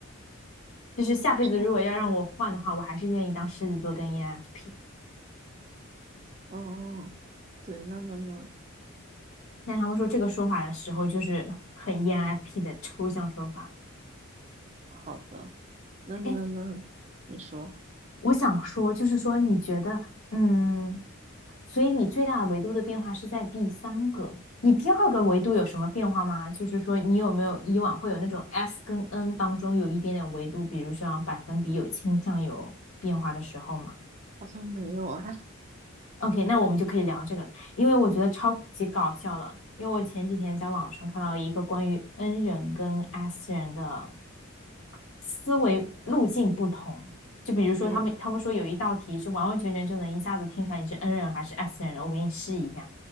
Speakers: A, on the left; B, on the right.
A: 就是下辈子如果要让我换的话，
B: 哦，这样子，
A: 我还是愿意当狮子座跟 ENFP。
B: 哦，对，那那那，
A: 但他们说这个说法的时候，就是很 ENFP 的抽象说法。
B: 好的，那那那，
A: 哎，
B: 你说，
A: 我想说，就是说，你觉得，嗯，所以你最大的维度的变化是在第三个，你第二个维度有什么变化吗？就是说，你有没有以往会有那种 S 跟 N 当中有一点点维度，比如像百分比有倾向有变化的时候嘛
B: 好像没有啊，
A: o k 那我们就可以聊这个了，因为我觉得超级搞笑了，因为我前几天在网上看到一个关于 N 人跟 S 人的思维路径不同。就比如说，
B: 嗯，
A: 他们他们说有一道题是完完全全就能一下子听出来你是 N 人还是 S 人的，我给你试一下。